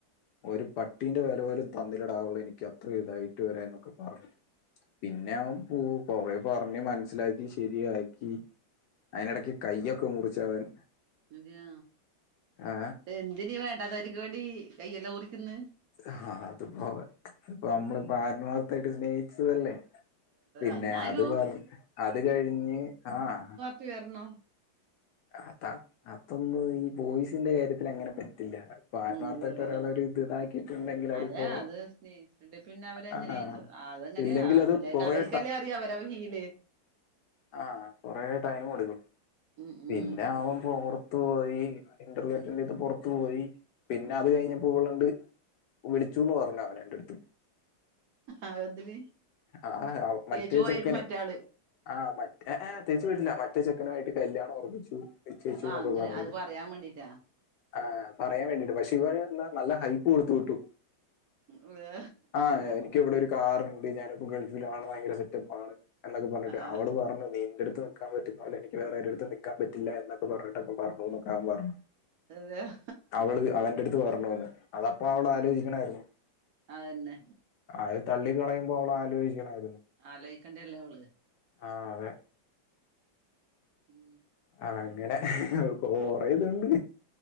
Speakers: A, on the left (about 75°); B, on the right (about 65°).
A: ഒരു പട്ടീന്റെ വില പോലും തന്നില്ലടാവള് എനിക്ക് അത്രയും ഇതായിട്ട് വരെ എന്നൊക്കെ പറഞ്ഞു പിന്നെ അവൻ പോ പോവെ പറഞ്ഞ് മനസ്സിലാക്കി ശെരിയാക്കി അയിനെടക്ക് കയ്യൊക്കെ മുറിച്ചവൻ
B: അതെയാ
A: ആ
B: എന്തിന് ഈ വേണ്ടാതോര്ക്ക് വേണ്ടി കൈയെല്ലാം മുറിക്കുന്ന്
A: ആഹ് അത്പ്പവൻ നമ്മളിപ്പോ ആൽമാർത്തായിട്ട് സ്നേഹിച്ചതല്ലേ പിന്നെ
B: എന്നാലും
A: അത് പർ അത് കഴിഞ്ഞ് ആഹ്
B: റ്റ് വര്ണോ
A: അതാ അതൊന്നും ഈ ബോയ്സിന്റെ കാര്യത്തിൽ അങ്ങനെ പറ്റില്ല ഇപ്പൊ ആത്മാർത്ഥമായിട്ട്
B: ഉം അതെ അതെ.
A: ഒരാളെ ഒരു ഇത് ഇതാക്കിയിട്ടുണ്ടെങ്കിൽ അവരിപ്പോ
B: അതാ അത് സ്നേഹിച്ചിട്ടുണ്ടെ പിന്നെ അവരങ്ങനെ
A: ആ
B: അതങ്ങനെയാ
A: ഇല്ലെങ്കിൽ
B: അവര്
A: അത് കുറെ
B: അവര്ക്കല്ലേ അറിയൂ അവരെ ഫീല്
A: ആഹ് കൊറെ ടൈം എടുക്കും
B: ഉം ഉം
A: പിന്നെ അവൻ പുറത്തു പോയി ഇന്റർവ്യൂ അറ്റൻഡ് ചെയ്ത് പുറത്തു പോയി പിന്നെ
B: ഉം
A: അത് കഴിഞ്ഞപ്പോ ഇവള് ണ്ട് വിളിച്ചൂന്ന് പറഞ്ഞ് അവൻ എന്റെ ട്ത്ത്
B: ആഹ് എന്തിന്
A: ആഹ് അവ
B: തേച്ചു
A: മറ്റേ
B: പോയിരിക്കും
A: ചെക്കന്
B: മറ്റാള്
A: ആഹ് മറ്റ് എ ഏ തേച്ച് വിട്ടില്ല മറ്റേ ചെക്കനുവായിട്ട് കല്ല്യാണം ഒറപ്പിച്ചു നിശ്ചയിച്ചുന്നൊക്കെ
B: ആഹ് അങ്ങനെ
A: പറഞ്ഞിട്ട്
B: അത് പറയാൻ വേണ്ടീട്ടാ
A: ആഹ് പറയാൻ വേണ്ടീട്ട് പക്ഷെ ഇവൻ എന്താ നല്ല ഹൈപ്പ് കൊടുത്തു വിട്ടു
B: ഉം അതെ
A: ആഹ് എനിക്കിവിടെ ഒരു കാറ് ണ്ട്. ഞാനിപ്പോ ഗൾഫിലാണ് ഭയങ്കര സെറ്റപ്പാണ് എന്നൊക്കെ പറഞ്ഞിട്ട്
B: ആഹ്
A: അവള് പറഞ്ഞു നിന്റെ അട്ത്ത് നിക്കാൻ പറ്റുന്നോലെ എനിക്ക് വേറാര്ടെ അടുത്തും നി ക്കാൻ പറ്റില്ല എന്നൊക്കെ പറഞ്ഞിട്ടൊക്കെ പറഞ്ഞൂന്നൊക്കെ അവൻ പറഞ്ഞു
B: അതെ ആഹ്
A: അവള് അവന്റെ അടു ത്ത് പറഞ്ഞൂന്ന് അതപ്പൊ അവള് ആലോചിക്കണായിരുന്നു
B: അതന്നെ
A: അത് തള്ളിക്കളയുമ്പോ അവള് ആലോചിക്കണായിരുന്നു
B: ആലോയിക്കണ്ട്യല്ലേ അവള്
A: ആഹ് അതെ
B: ഉം
A: ആഹ് അങ്ങനെ കോറേ ഇതുണ്ട്